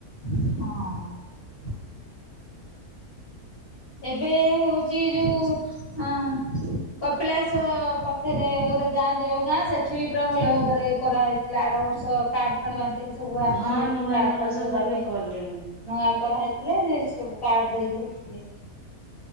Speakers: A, on the left (about 45°); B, on the right (about 80°).
A: ହଁ। ଏବେ ହେଉଛି ଯୋଉ ଅ କପିଳାସ ପାଖରେ ଗୋଟେ ଗାଁ ଦେଓଗାଁ ସେଠି ବି ପୁରା ଭଲ ଭାବରେ କରାହେଇଥିଲା ଆର ବର୍ଷ କାର୍ଡ ଫାର୍ଡ ବାଣ୍ଟ ଟିକେ ସବୁ ଆସିଥିଲେ
B: ହଁ
A: ଏଠି
B: ନୂଆ
A: କାର୍ଡ
B: ନୂଆ
A: ଫାର୍ଡ
B: ସବୁ
A: ଦବା
B: ଏବେ
A: ପାଇଁ
B: କଲେଣି।
A: ନ କରାହେଇଥିଲେ ଯେ ସବୁ କାର୍ଡ଼ ଦେଇକି ହେଇଥିଲେ।